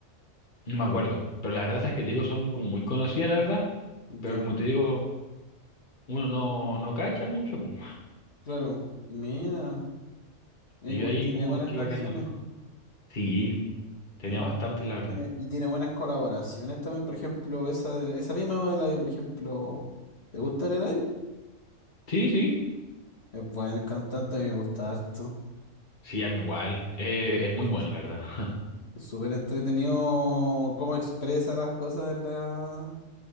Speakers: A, on the left; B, on the left.
A: no me acuerdo. Pero la verdad es que te digo, son como muy conocidas, la verdad. Pero
B: ya,
A: como te digo, uno no, no cacha mucho, pum.
B: claro. Mira, eh,
A: Y
B: igual
A: yo ahí
B: tiene
A: como
B: buenas
A: que
B: canciones.
A: iba quedando loco. Sí, tenía
B: Tiene buenas-
A: bastantes, la verdad.
B: tiene- y tiene buenas colaboraciones también. Por ejemplo, esa, de- esa misma de Eladio, por ejemplo. ¿Te gusta el Eladio?
A: Sí, sí.
B: Es buen cantante, a mí me gusta harto.
A: Sí, a mí igual. Eh, es
B: harto.
A: muy bueno, la verdad. <laughs>
B: Es súper entretenido cómo expresa las cosas en la,